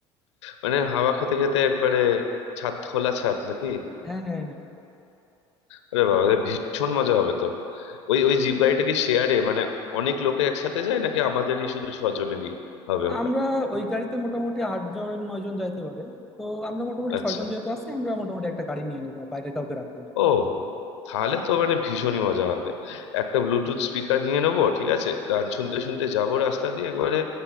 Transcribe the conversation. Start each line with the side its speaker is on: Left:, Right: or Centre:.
Left: মানে হাওয়া খেতে খেতে একবারে ছাদ খোলা ছাদ নাকি
Centre: হ্যাঁ হ্যাঁ হ্যাঁ
Left: আরে বাবা তাহলে ভীষণ মজা হবে তো ওই ওই জিপ গাড়িটা কি শেয়ারে মানে অনেক লোকে একসাথে যায় নাকি আমাদেরই শুধু ছজনেরই হবে ওটা
Centre: আমরা ওই গাড়িতে মোটামুটি আটজন নয়জন যাইতে পারে তো আমরা মোটামুটি
Left: আচ্ছা
Centre: ছয়জন যেহেতু আছি আমরা মোটামুটি একটা গাড়ি নিয়ে নিবো আর বাইরে কাউকে রাখবো না
Left: ও তাহলে তো মানে ভীষণই মজা হবে একটা ব্লুটুথ স্পিকার নিয়ে নেবো ঠিক আছে গান শুনতে শুনতে যাবো রাস্তা দিয়ে একবারে